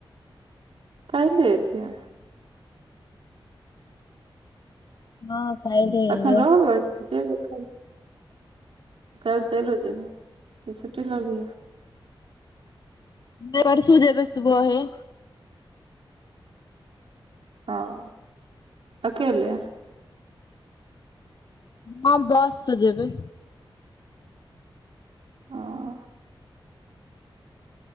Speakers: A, on the right; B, on the left.
A: काइले <unintelligible>
B: हँ काल्हि एलियै
A: तखन रहबै कि जेबै काल्हि चइलो जेयबै कि छुट्टी लऽ लि
B: नहि परसू जेबय सुबहे
A: हँ अकेले
B: हँ बस सँ जेबै
A: ओ